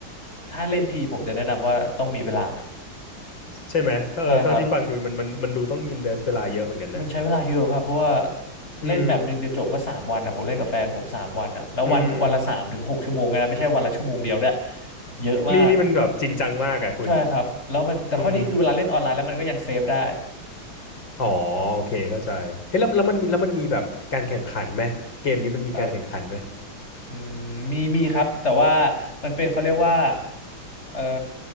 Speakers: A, on the left; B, on the left.
A: ถ้าเล่นทีผมจะแนะนำว่าต้องมีเวลา
B: ใช่ไหมถ้าเออเท่าที่ฟังดูมันมันมันดูต้องอินเวสเวลาเยอะเหมือนกันนะ
A: ใช่ครับมันใช้เวลาเยอะครับเพราะว่า
B: อืม
A: เล่นแมปหนึ่งจะจบก็สามวันอ่ะผมเล่นกับแฟนผมสามวันอ่ะแล้ววันวันละสามถึงหกชั่วโมงไงนะไม่ใช่วันละชั่วโมงเดียวด้วย
B: อืม
A: เยอะมาก
B: นี่นี่มันแบบจริงจังมากอ่ะคุณ
A: ใช่ครับแล้วมันแต่ข้อดีคือเวลาเล่นออนไลน์แล้วมันก็ยังเซฟได้
B: อืม อ๋อโอเคเข้าใจเฮ้ยแล้วแล้วมันมีแล้วมันมีแบบการแข่งขันไหมเกมนี้มันมีการแข่งขันไหม
A: ครับ อืมมีมีครับแต่ว่ามันเป็นเขาเรียกว่าเอ่อ